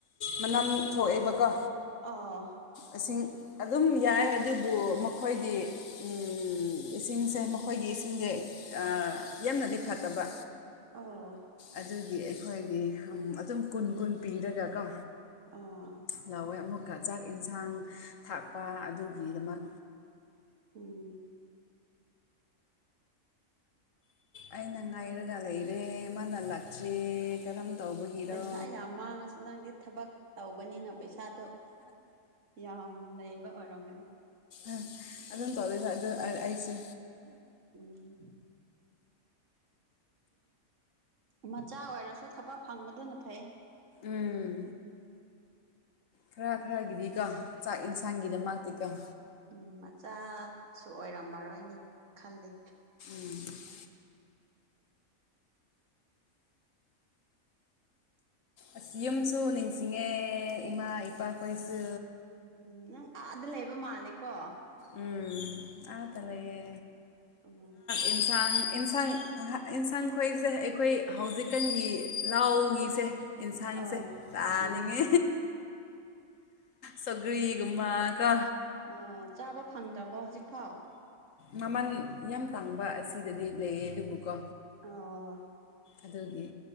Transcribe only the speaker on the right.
ꯑꯣ
ꯑꯣ
ꯑꯣ
ꯎꯝ
ꯄꯩꯁꯥ ꯌꯥꯝ ꯃꯥꯡꯉꯁꯨ ꯅꯪꯗꯤ ꯊꯕꯛ ꯇꯧꯕꯅꯤꯅ ꯄꯩꯁꯥꯗꯣ ꯌꯥꯝ ꯂꯩꯕ ꯑꯣꯏꯔꯝꯒꯅꯤ
ꯎꯝ ꯃꯆꯥ ꯑꯣꯏꯔꯁꯨ ꯊꯕꯛ ꯐꯪꯕꯗꯨꯅ ꯐꯩ
ꯎ ꯃꯆꯥꯁꯨ ꯑꯣꯏꯔꯝꯃꯔꯣꯏꯅꯤ ꯈꯜꯂꯦ
ꯎꯝ ꯅꯪ ꯑꯥꯗ ꯂꯩꯕ ꯃꯥꯜꯂꯦꯀꯣ
ꯑꯣ
ꯑꯣ
ꯑꯥ
ꯎꯝ
ꯑꯥ ꯆꯥꯕ ꯐꯪꯗ꯭ꯔꯕꯣ ꯍꯧꯖꯤꯛꯐꯥꯎ
ꯑꯣ